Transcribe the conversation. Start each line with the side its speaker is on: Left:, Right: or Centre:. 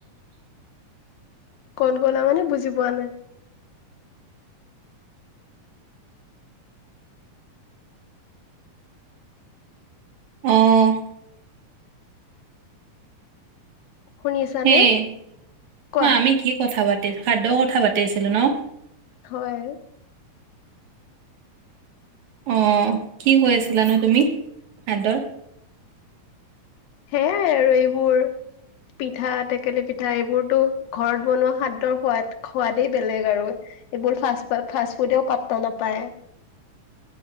Left: ক'ত গ'লা মানে বুজি পোৱা নাই।
Right: <unintelligible>
Left: শুনি আছানে?
Right: <unintelligible>
Left: কোৱা।
Right: আমি কি কথা পাতি খাদ্য কথা পাতি আছিলোঁ নহ।
Left: হয়।
Right: অ', কি কৈ আছিলানো তুমি খাদ্যৰ।
Left: সেয়াই আৰু এইবোৰ। পিঠা টেকেলি পিঠা এইবোৰতো ঘৰত বনোৱা খাদ্যৰ সোৱাদ-সোৱাদেই বেলেগ আৰু। এইবোৰ ফাচ-ফাষ্ট ফুডেও পাত্তা নাপায়।